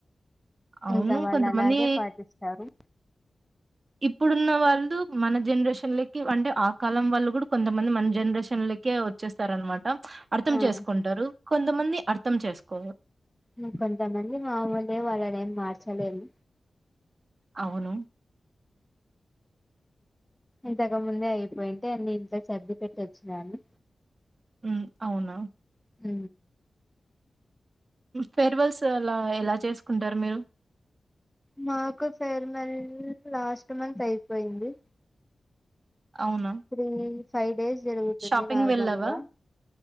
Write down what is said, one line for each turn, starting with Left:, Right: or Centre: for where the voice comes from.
Right: అవును.
Centre: ఇంకా వాళ్ళు
Right: కొంతమంది
Centre: అలాగే పాటిస్తారు
Right: ఇప్పుడున్న వాళ్ళు మన జనరేషన్లకి అంటే ఆ కాలం వాళ్ళు కూడా కొంతమంది మన జనరేషన్లకే వచ్చేస్తారు అనమాట అర్థం
Centre: ఆ
Right: చేసుకుంటారు కొ కొంతమంది అర్థం చేసుకోరు
Centre: నువ్వు కొంతమంది మామూలే వాళ్ళని ఏం మార్చలేము
Right: అవును
Centre: ఇంతకుముందే అయిపోయింటే అన్ని ఇంట్లో సర్ది పెట్టొచ్చినాను
Right: ఉ అవునా
Centre: అ
Right: ఫెర్వెల్స్ అలా ఎలా చేసుకుంటారు మీరు
Centre: మాకు ఫేర్మెల్ లాస్ట్ మంత్ అయిపోయింది
Right: అవునా?
Centre: శీ ఫైవ్ డేస్ జరుగుతుంది
Right: షాపింగ్
Centre: నార్మల్గా
Right: వెళ్ళావా?